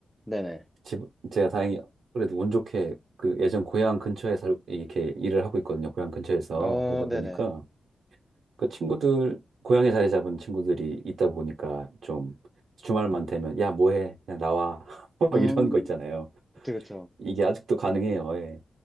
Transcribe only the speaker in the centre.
네네.
어,
네네.
음.
그쵸, 그쵸.